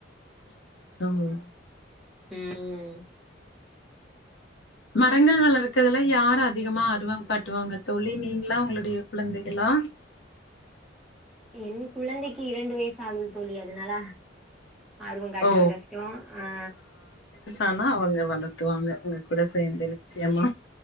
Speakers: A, on the left; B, in the centre.
A: <unintelligible>
B: உம்
A: மரங்கள் வளர்க்றல யார் அ அதிகமா ஆருவம் காட்டுவாங்க தோழி நீங்களா உங்களுடைய குழந்தைகளா
B: என் குழந்தைக்கு இரண்டு வயசு ஆகுது தோழி அதுனால ஆர்வம் காட்டுறது
A: ஓ
B: கஷ்டோ ஆ
A: ஆனா அவுங்க வந்து த்துவாங்க உங்க கூட சேந்து நிச்சயமா